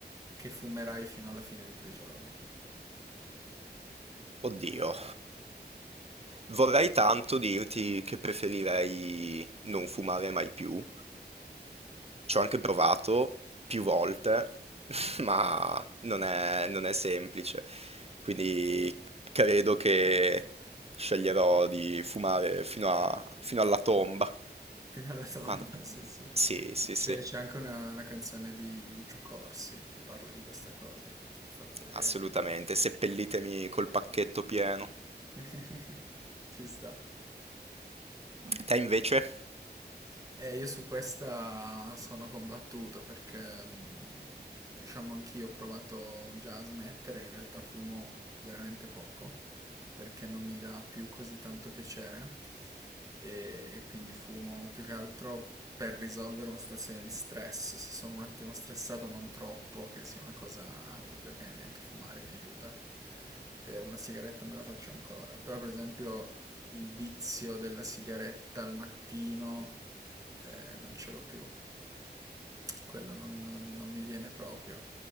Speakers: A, on the right; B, on the right.
A: che fumerai fino alla fine dei tuoi giorni?
B: oddio. Vorrei tanto dirti che preferirei non fumare mai più, Ci ho anche provato più volte, <laughs> ma non è, non è semplice. Quindi credo che sceglierò di fumare fino a- fino alla tomba.
A: Fino alla tomba,
B: Madò.
A: <laughs> sì, sì.
B: Sì, sì,
A: C'è
B: sì,
A: c'è anche una, una canzone di Lucio Corsi che parla di questa cosa, il fatto che...
B: assolutamente. Seppellitemi col pacchetto pieno.
A: <laughs> Ci sta.
B: Te invece?
A: Eh, io su questa sono combattuto perché, mh, diciamo, anch'io ho provato già a smettere, in realtà fumo veramente poco perché non mi dà più così tanto piacere e quindi fumo più che altro per risolvere una situazione di stress, se sono un attimo stressato non troppo, che sia una cosa proprio che neanche fumare mi aiuta. Eh, una sigaretta me la faccio ancora, però per esempio il vizio della sigaretta al mattino eh, non ce l'ho più, quello non, non- non mi viene proprio.